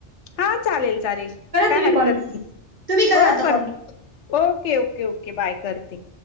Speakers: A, on the left; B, on the right.
A: हा चालेल चालेल काय
B: तुम्ही
A: हरकत
B: कॉल
A: नाही.
B: तुम्ही करा
A: हो
B: आता
A: कर
B: call
A: okay, okay, okay. Bye करते.